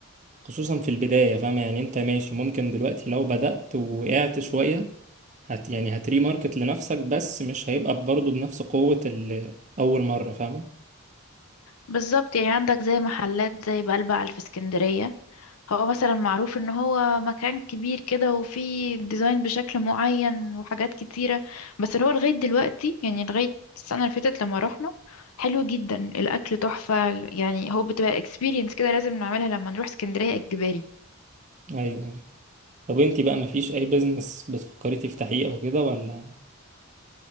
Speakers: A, on the right; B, on the left.
A: خصوصا في البداية فاهمة يعني انت ماشي ممكن دلوقتي لو بدأت ووقعت شوية هت يعني هتري ماركت لنفسك بس مش هيبقى برضو بنفس قوة ال- اول مرة فاهمة
B: بالظبط يعني عندك زي محلات زي بلبع في اسكندرية هو مثلا معروف ان هو مكان كبير كده وفيه ديزاين بشكل معين وحاجات كتيرة بس هو لغاية دلوقتي يعني لغاية السنة اللي فاتت لما رحنا حلو جدا الأكل تحفة يعني هو بتبقى experience كده لازم نعملها لما نروح اسكندرية إجباري
A: ايوه طب انت بقى مفيش اي بزنس بتفكري تفتحيه او كده ولا